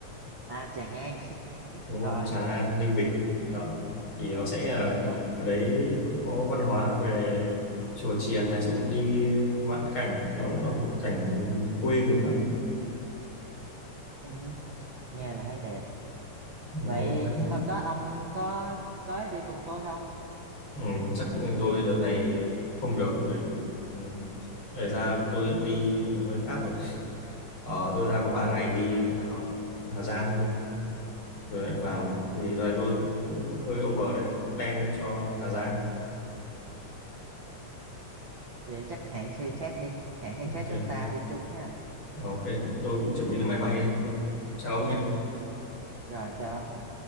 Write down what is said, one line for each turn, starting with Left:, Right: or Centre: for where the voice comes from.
Right: à chè ngang <laughs>
Left: đúng
Right: rồi
Left: rồi Tràng An Ninh Bình đó thì nó sẽ là
Right: tôi
Left: ở đấy có văn hóa về chùa chiền này xong đi vãn cảnh nó cũng là một cảnh quê miền Bắc
Right: ừ, nghe là thấy đẹp
Left: ừ,
Right: vậy
Left: đó.
Right: hôm đó ông có tới đi cùng tôi không
Left: Ừ, chắc tôi đợt này không được vì ừ, để ra tôi lại đi một nơi khác rồi ờ, tôi ra có
Right: ờ
Left: 3 ngày đi lại ở Hà Giang thôi rồi lại vào vì đợt này tôi cũng hơi over nên plan cho Hà Giang
Right: vậy chắc hẹn khi khác đi hẹn khi
Left: ok
Right: khác chúng ta đi chung ha
Left: Ờ, ok tôi cũng chuẩn bị lên máy bay đây thôi chào ông nhé
Right: rồi chào ông.